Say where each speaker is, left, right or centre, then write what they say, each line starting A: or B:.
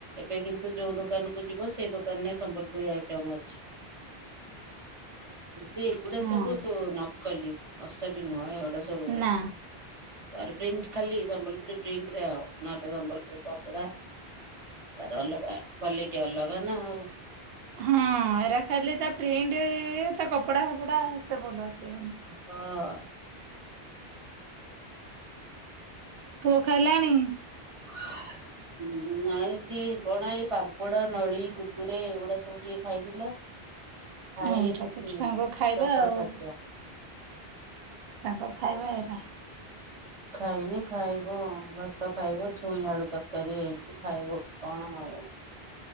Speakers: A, on the right (about 35°); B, on the right (about 70°).
A: ଏବେ କିନ୍ତୁ ଯୋଉ ଦୋକାନ କୁ ଯିବ ସେଇ ଦୋକାନରେ ସମ୍ବଲପୁରୀ ଆଇଟମ ଅଛି। କିନ୍ତୁ ଏଗୁଡା
B: ହଁ
A: ସବୁ ନକଲି ଅସଲି ନୁହେଁ ଏଗୁଡା ସବୁ।
B: ନା
A: ବା ପ୍ରିଣ୍ଟ ଖାଲି ସମ୍ବଲପୁରି ପ୍ରିଣ୍ଟରେ ନ ହେଲେ ସମ୍ବଲପୁର କପଡ଼ା। ତାର ଅଲଗା କ୍ଵାଲିଟି ଅଲଗା ନା ଆଉ।
B: ହଁ ଏରା ଖାଲି ତା ପ୍ରିଣ୍ଟ ତା କପଡା ଫପଡା ଏତେ ଭଲ ଅସି ଵ ନି
A: ହଁ।
B: ପୁଅ ଖାଇଲାଣି।
A: <unintelligible> ହୁଁ ଆଉ ସିଏ କଣ ଏଇ ପାମ୍ପଡ ନଳି କୁଟକୁରେ ଏଗୁଡା ସବୁ ଟିକେ ଖାଇଥିଲା। ଖାଇନି
B: ଏଇଟା
A: କିଛି
B: ତ ଛୁଆଙ୍କ ଖାଇବା
A: ଡଫର୍
B: ଆଉ
A: ଖାଦ୍ୟ।
B: ତାଙ୍କ ଖାଇବା ଏଇରା।
A: ଖାଇନି ଖାଇବ ଭାତ ଖାଇବ ଛୁଇଁ ଅଳୁ ତରକାରୀ ହେଇଛି ଖାଇବ କଣ ହଉ